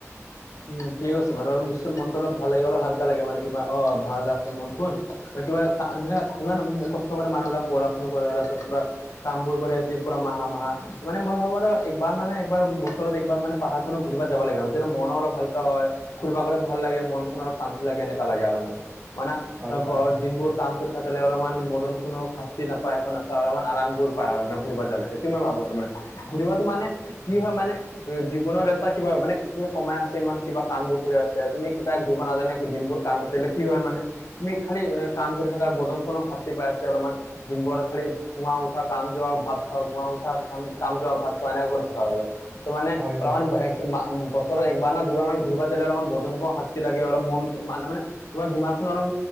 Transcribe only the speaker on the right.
হয় হয়
হয়